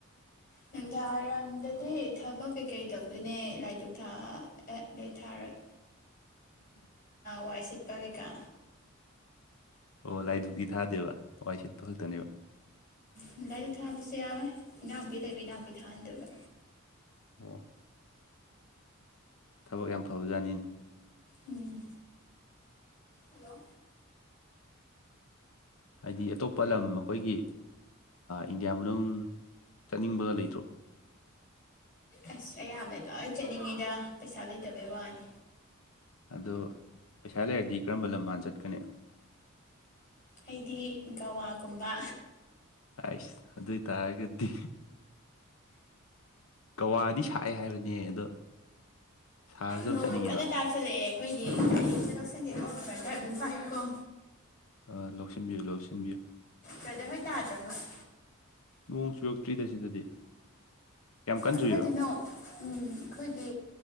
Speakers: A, on the left; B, on the left.
A: ꯅꯨꯡꯗꯥꯡꯋꯥꯏꯔꯝꯗꯗꯤ ꯊꯕꯛ ꯀꯩꯀꯩ ꯇꯧꯗꯣꯏꯅꯦ ꯂꯥꯏꯙꯨꯛ ꯊꯥ ꯑꯦ ꯂꯩ ꯊꯥꯔꯣꯏ ꯋꯥꯏ ꯁꯤꯠꯄ ꯀꯩꯀꯥ
B: ꯑꯣ ꯂꯥꯏꯙꯨꯛꯇꯤ ꯊꯥꯗꯦꯕ ꯋꯥꯏ ꯁꯤꯠꯄ ꯈꯛꯇꯅꯦꯕ
A: ꯎꯝ ꯂꯥꯏꯙꯨꯛ ꯊꯥꯕꯁꯨ ꯌꯥꯎꯋꯦ ꯏꯅꯥꯎꯄꯤ ꯂꯩꯕ ꯏꯅꯥꯎꯄꯤ ꯊꯥꯍꯟꯗꯨꯢꯕ
B: ꯑꯣ ꯊꯕꯛ ꯌꯥꯝ ꯐꯕ ꯖꯥꯠꯅꯤꯅꯦ
A: ꯎꯝ ꯍꯜꯂꯣ
B: ꯍꯥꯏꯗꯤ ꯑꯇꯣꯞꯄ ꯂꯝ ꯑꯈꯣꯏꯒꯤ ꯏꯟꯗꯤꯌꯥ ꯃꯅꯨꯡ ꯆꯠꯅꯤꯡꯕꯒ ꯂꯩꯇ꯭ꯔꯣ
A: ꯑꯁ ꯑꯌꯥꯝꯕ ꯂꯣꯏ ꯆꯠꯅꯤꯡꯉꯤꯗ ꯄꯩꯁꯥ ꯂꯩꯇꯕꯩ ꯋꯥꯅꯤ
B: ꯑꯗꯣ ꯄꯩꯁꯥ ꯂꯩꯔꯗꯤ ꯀꯔꯝꯕ ꯂꯝ ꯍꯥꯟꯅ ꯆꯠꯀꯅꯤ
A: ꯑꯩꯗꯤ ꯒꯧꯋꯥꯒꯨꯝꯕ
B: ꯑꯩꯁ ꯑꯗꯨ ꯑꯣꯏꯇꯥꯔꯒꯗꯤ ꯒꯧꯋꯥꯗꯤ ꯁꯥꯛꯑꯦ ꯍꯥꯏꯕꯅꯦ ꯑꯗꯣ ꯁꯥꯔꯁꯨ ꯑꯗꯨꯝ
A: ꯅꯣꯡꯕꯨ
B: ꯆꯠꯅꯤꯡꯉꯦꯕ
A: ꯀꯟꯅ ꯇꯥꯥꯁꯜꯂꯛꯑꯦ ꯑꯩꯈꯣꯏꯗꯤ ꯐꯤ ꯑꯝꯇ ꯂꯧꯁꯟꯒꯦꯀꯣ ꯕꯥ꯭ꯔꯗꯔ ꯑꯗꯨꯝ ꯄꯥꯏꯌꯨꯀꯣ
B: ꯑ ꯂꯧꯁꯤꯟꯕꯤꯌꯨ ꯂꯧꯁꯤꯟꯕꯤꯌꯨ
A: ꯕꯗ ꯍꯣꯏ ꯇꯥꯗ꯭ꯔꫭ ꯅꯣꯡ꯫
B: ꯅꯣꯡ ꯆꯨꯔꯛꯇ꯭ꯔꯤꯗ ꯁꯤꯗꯗꯤ꯫ ꯌꯥꯝ ꯀꯟ
A: ꯑꯩꯈꯣꯏꯗꯤ
B: ꯆꯨꯏꯔꯣ
A: ꯅꫭꯡ ꯎꯝ ꯑꯩꯈꯣꯏꯗꯤ